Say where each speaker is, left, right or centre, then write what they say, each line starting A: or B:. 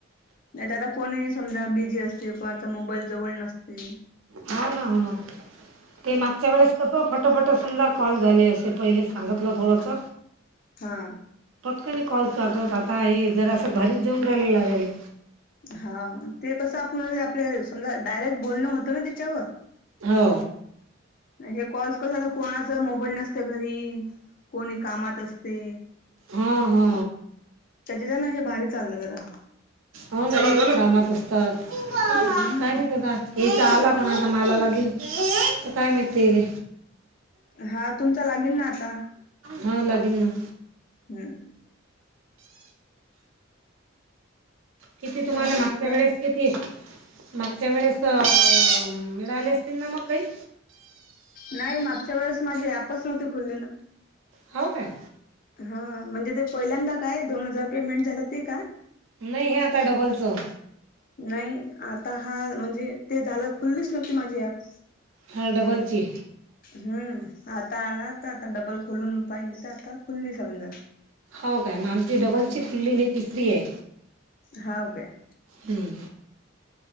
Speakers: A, on the left; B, on the right.
A: नाही तर आता कोणी समजा बिझी असते कोणाचा मोबाईल जवळ नसते.
B: हो ना हो ना, ते मागच्या वेळेस कसं फ <unintelligible> कॉल झाले असे पहिले सांगितलं थोडस.
A: हा.
B: पटकने कॉल चागत आता हे जर असं भारीच जाऊन राहिलेला लागहिले.
A: हा, ते कसं आपण आपले समजा डायरेक्ट बोलणं होतं ना त्येच्यावर.
B: हो
A: हे कॉल्स कस तर कोणाच मोबाईल नसते घरी कोणी कामात असते.
B: हा, हा
A: त्याच्या जना हे भारी चाललं जरा.
B: हो कामात असतात,
A: हम्म
B: काय माहित आता चहाला पण आता माला लागेल, तर काय माहित ते ले
A: हा तुमचा लागेल ना आता
B: हा लागेल ना.
A: हम्म..
B: कि ते तुम्हाला
A: मग
B: मागच्या
A: तुम्ही काय
B: वेळेस किती, मागच्या वेळेस, मिळाले असतील ना मग काही?
A: नाही! मागच्या वेळेस माझी ऍपच नव्हती खुली ना.
B: हाव काय?
A: हा म्हणजे, ते पहिल्यांदा काय दोन हजार पेमेंट झालं ते का?
B: नही, हे आता डबलचं!
A: नाही, आता हा म्हणजे ते झालं खुल्लीच नव्हती माझी ॲप.
B: हा, डबलची?
A: हम्म, आता आला, आता, आता डबल खुलून पाहिली तर आता खुलली समजा.
B: हो काय? मग आमची डबलची
A: हम्म
B: खुलेली ही तिसरी हेय!
A: हाव काय?
B: हम्म